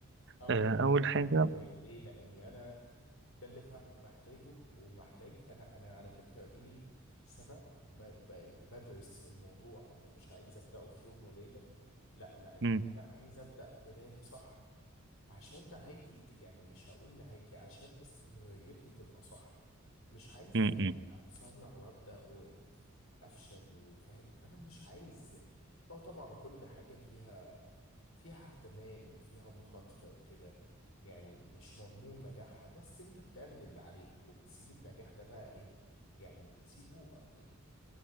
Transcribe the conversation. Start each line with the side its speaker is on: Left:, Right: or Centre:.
Left: اه
Right: آه،
Left: قول
Right: اول
Left: لي
Right: حاجة
Left: عن طريق ايه لاني انا ده اللي فعلا محتاجه ومحتاج انا انا على فكره دي لي سنه ما ب- بدرس الموضوع انا مش عايز ابداه في يوم وليله لا لاني
Right: مم،
Left: انا عايز ابدا بدايه صح عشان نهايتي ت- يعني مش هقول نهايتي عشان استمراريتي تبقى صح مش عايز
Right: مم، مم،
Left: اتسرع وابدا افشل وفاهم انا مش عايز اه طبعا كل حاجه فيها فيها احتمال وفيها مخاطره وكده يعني مش مضمون نجاحها بس انت بتعمل اللي عليك وبتسيب النجاح ده بقى ايه يعني بتسيبه يعني